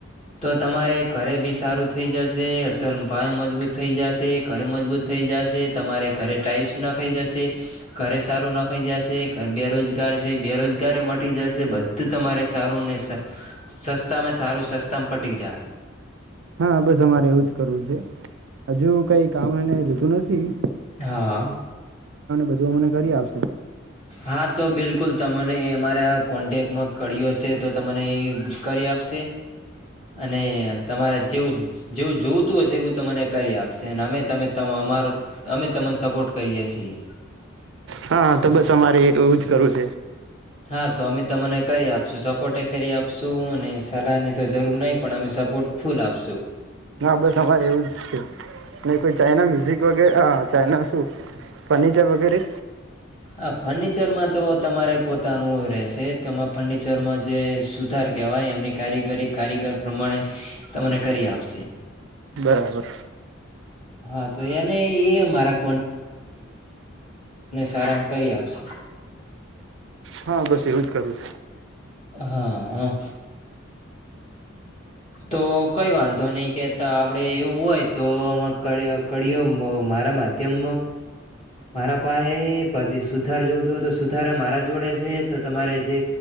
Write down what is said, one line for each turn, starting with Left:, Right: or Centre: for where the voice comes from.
Left: તો તમારે ઘરે બી સારું થઈ જશે અસલ પાય મજબૂત થઈ જશે કર મજબૂત થઈ જશે તમારે કરે શું નાખાઈ જશે ઘરે સારું નખ ખઈ જશે બેરોજગાર છે બેરોજગારે મટી જશે બધ તમારે સારું ને સસ્તામાં સારું સસ્તામાં પટી જાય
Right: હા બસ અમારે એવું જ કરવું છે હજુ કઈ કામ એને લીધું નથી છે
Left: હા હા
Right: બધું અમને કરી આપશે.
Left: હા તો બિલકુલ તને અમારા કોન્ટેક્ટમાં કર્યો છે તો તમને એ કરી આપશે અને તમારે જેવું જેવું જોતું હશે એવું તમને કરી આપશે અને અમે તમે તમે અમારું અમે તને સપોર્ટ કરીએ છીએ
Right: હા તો બસ અમારે એવું જ કરું
Left: હા તો અમે તમને કરી આપશું સપોર્ટ એ કરી આપશ આપશું અને સલાહની તો જરૂર નહીિ પણ અમે સપોર્ટ ફૂલ આપશુ
Right: ના બસ અમારે એવું જ છે કોઈ ચાાઈના મ્યુઝિક વગેરે હ ચાાઈના શું ફર્નિચર વગેરે
Left: હ ફર્નિચરમાં તો તમારે પોતાનું રહેશે છે તમારા ફર્નિચરમાં જે સુથાર કહેવાય એમની કારીગરી કારીગર પ્રમાણે તમને કરી આપશે
Right: બરાબર
Left: હા તો એને એ અમારા સારામાં કરી આપશે
Right: હા બસ એવું જ કરું
Left: હા તો કઈ વાંધો નઈ કે આપડે એવું હોય તો આ કડીઓ મારા માધ્યમ મારા પાસે પછી સુથાર જોવ તો હોય તો સુથાર મારા જોડે છે તો તમારે જે